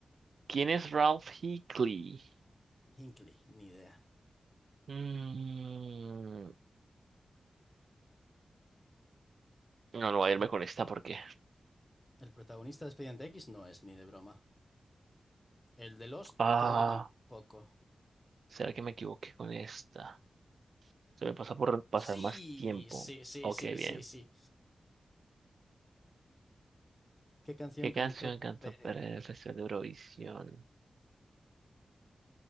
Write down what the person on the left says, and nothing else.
Hinkley, ni idea.
El,
el protagonista de Expediente X no es ni de broma. El de Lost
creo que tampoco.
Sí,
sí, sí,
sí, sí,
sí. ¿Qué canción
cantó
Peret?